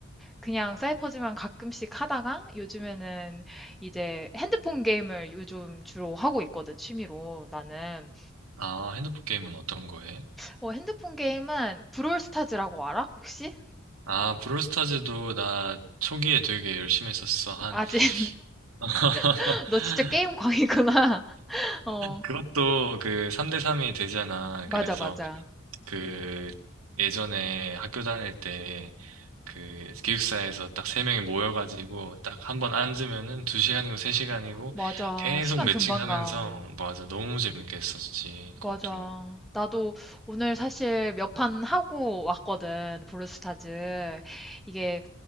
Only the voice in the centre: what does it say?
그냥 사이퍼즈만 가끔씩 하다가 요즘에는 이제 핸드폰 게임을 요즘 주로 하고 있거든, 취미로 나는.
어, 핸드폰 게임은 브롤스타즈라고 알아? 혹시?
아, 진짜?
<laughs> 너 진짜 게임 광이구나. <laughs> 어,
맞아,
맞아.
맞아.
시간
금방 가.
맞아. 나도 오늘 사실 몇 판 하고 왔거든, 브롤스타즈. 이게